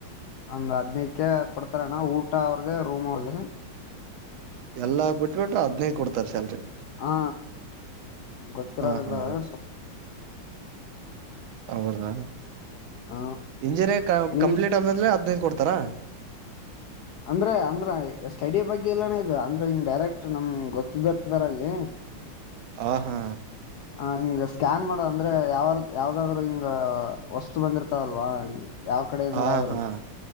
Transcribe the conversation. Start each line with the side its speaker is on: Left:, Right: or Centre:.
Left: ಒಂದ್ ಹದ್ನೈದಕ ಕೊಡ್ತಾರಣ್ಣ ಊಟ ಅವ್ರದ ರೂಮ್ ಅವ್ರದ
Right: ಎಲ್ಲ ಬಿಟ್ಬಿಟ್ಟು ಅದ್ನೇ ಕೊಡ್ತಾರೆ ಸ್ಯಾಲ್ರಿ
Left: ಹಾ ಗೊತ್ತಿರೋರ
Right: ಹ
Left: ಇದ
Right: ಹಾ
Left: ಸ್ವಲ್ಪ
Right: ಹೌದಾ
Left: ಹ
Right: ಇಂಜಿನಿಯರಿಂಗ್ ಕ
Left: ನಿಮ್
Right: ಕಂಪ್ಲೀಟ್ ಆದಲೆ ಹದನೈದು ಕೊಡ್ತಾರಾ
Left: ಅಂದ್ರೆ ಅಂದ್ರ ಸ್ಟಡಿ ಬಗ್ಗೆ ಎಲ್ಲಾನ ಇದು ಅಂದ್ರ ಹಿಂಗ್ ಡೈರೆಕ್ಟ್ ನಮ್ ಗೊತ್ತಿದ ಇದಾರಲ್ಲಿ
Right: ಆ ಹಾ
Left: ಹ ಹಿಂಗ ಸ್ಕ್ಯಾನ್ ಮಾಡೋದ ಅಂದ್ರೆ ಯಾವ ಯಾವ್ದಾದ್ರರು ಹಿಂಗ ವಸ್ತು ಬಂದಿರ್ತಾವಲ್ವಾ ಹ ಯಾವ ಕಡೆೆಯಿಂದ್ರ
Right: ಹ
Left: ಆದ್ರು
Right: ಹಾ